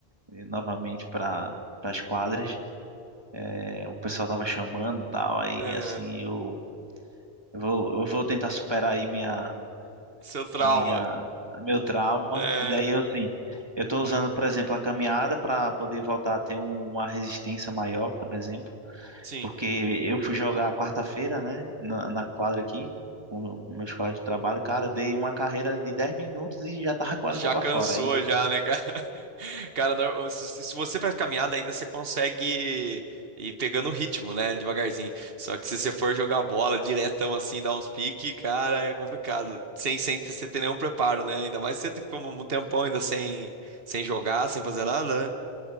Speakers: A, on the right; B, on the right.
A: eh, novamente para as quadras. É, o pessoal tava chamando e tal. Aí,
B: é.
A: assim, eu, eu vou, eu vou tentar superar aí minha.
B: Seu trauma.
A: a minha, meu trauma.
B: É,
A: E daí eu assim, eu estou usando, por exemplo, a caminhada para poder voltar a ter um- uma resistência maior, por exemplo,
B: sim.
A: porque eu fui jogar quarta-feira, né, na, na quadra aqui, com com meus colegas de trabalho, cara, eu dei uma carreira de 10 minutos e já tava com a
B: Já
A: língua para
B: cansou,
A: fora aí.
B: já, né, cara? <laughs> Cara, nor- se se você faz caminhada, ainda você consegue ir pegando o ritmo, né? Devagarzinho. Só que se você for jogar bola diretão assim, dar uns piques, cara, é complicado. Sem, sem ter sem ter nenhum preparo, né? Ainda mais se você ficou um tempão ainda sem, sem jogar, sem fazer nada, né?